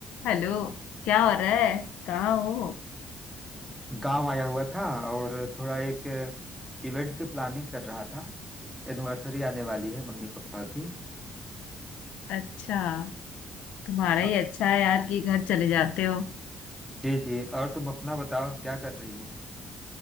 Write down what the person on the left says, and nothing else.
Hello क्या हो रहा है कहाँ हो
अच्छा तुम्हारा
ही अच्छा है यार कि घर चले जाते हो